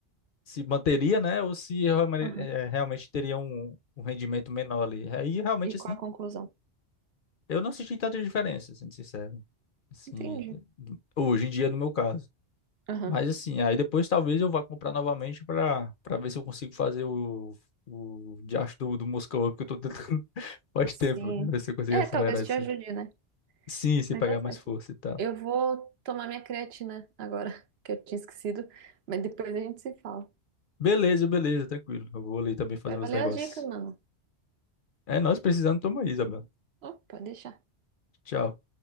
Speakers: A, on the left; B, on the right.
A: se manteria, né? Ou se realme-
B: Aham.
A: eh, realmente teria um, um rendimento menor ali. Aí realmente
B: E qual
A: assim,
B: a conclusão?
A: eu não senti tanta diferença, sendo sincero. Assim,
B: Entendi.
A: hoje em dia no meu caso.
B: Aham.
A: Mas assim, aí depois talvez eu vá comprar novamente para para ver se eu consigo fazer o o diacho do, do Moscow, porque eu tô tentando <laughs> faz
B: Sim.
A: tempo, ver se eu consigo
B: É,
A: acelerar
B: talvez
A: isso.
B: te ajude,
A: aí.
B: né?
A: Sim, se
B: Mas
A: pegar
B: tá certo.
A: mais força e tal.
B: Eu vou tomar minha creatina agora, <laughs> que eu tinha esquecido, mas depois a gente se fala.
A: Beleza, beleza, tranquilo. Eu vou ali também fazer
B: Vai
A: uns
B: valer
A: negócios.
B: as dicas, mano.
A: É, nós precisando toma aí, Isabel.
B: Oh, pode deixar.
A: Tchau.